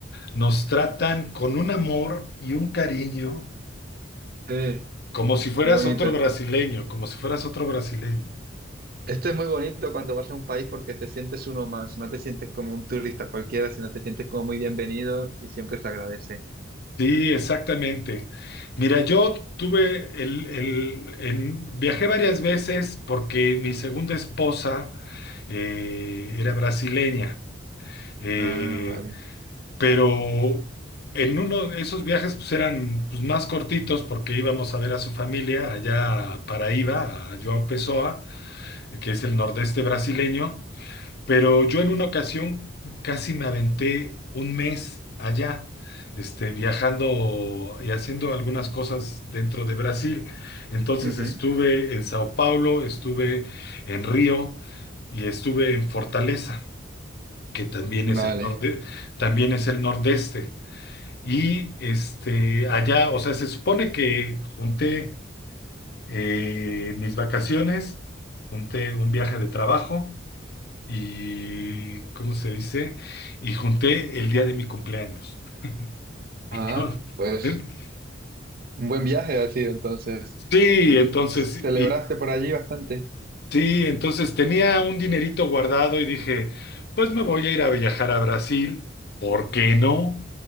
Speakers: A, on the left; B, on the right.
A: nos tratan con un amor y un cariño
B: Sí,
A: como si fueras
B: qué bonito.
A: otro brasileño, como si fueras otro brasileño.
B: Esto es muy bonito cuando vas a un país porque te sientes uno más, no te sientes como un turista cualquiera, sino te sientes como muy bienvenido y siempre se agradece.
A: Sí, exactamente. Mira, yo tuve el, el- en- viajé varias veces porque mi segunda esposa eh, era brasileña, eh,
B: Ah, vale.
A: pero en uno de esos viajes pues, eran pues, más cortitos porque íbamos a ver a su familia allá a Paraíba, a João Pessoa, que es el nordeste brasileño. Pero yo en una ocasión casi me aventé un mes allá, este, viajando y haciendo algunas cosas dentro de Brasil. Entonces
B: Ujú,
A: estuve en Sao Paulo, estuve en Río y estuve en Fortaleza, que también es
B: Vale.
A: el norte, también es el nordeste. Y este, allá, o sea, se supone que junté eh, mis vacaciones, junté un viaje de trabajo y, ¿cómo se dice? Y junté el día de mi cumpleaños. <laughs>
B: Ah, pues un buen viaje ha sido entonces.
A: Sí,
B: Muy-
A: entonces,
B: ¿Celebraste
A: y,
B: por allí bastante?
A: sí, entonces tenía un dinerito guardado y dije, pues me voy a ir a viajar a Brasil, ¿por qué no?